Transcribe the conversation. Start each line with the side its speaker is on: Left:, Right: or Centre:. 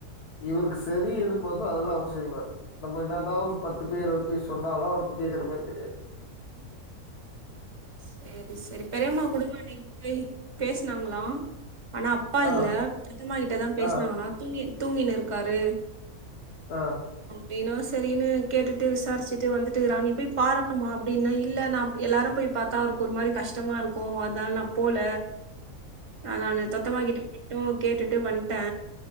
Left: இவருக்கு சரி எது பாத்தோ அத்தான் அவர் செய்வாரு நம்ம என்னதாவது பத்து பேர போய் சொன்னாலும் அவரு கேக்குற மாரி கெடயாது
Right: சரி சரி பெரியம்மா கூட அன்னைக்கு போய் பேசனாங்களாம் ஆனா அப்பா
Left: ஆ
Right: இல்ல ரிம்மா கிட்ட தான் பேசனாங்களான்
Left: ஆ
Right: தூங்கி தூங்கினு இருக்காரு
Left: ஆ
Right: நீனா சரின்னு கேட்டுட்டு விசாரிச்சிட்டு வந்துட்டு றான் நீ போய் பாரு அப்றமா அப்டீனா இல்ல நா எல்லாரு போய் பா அவருக்கு ஒரு மாரி கஷ்டமா இருக்கும் அதனால நா போல ஆ நானு தொத்தமாகிட்டே ட்டும் கேட்டுட்டு வந்தே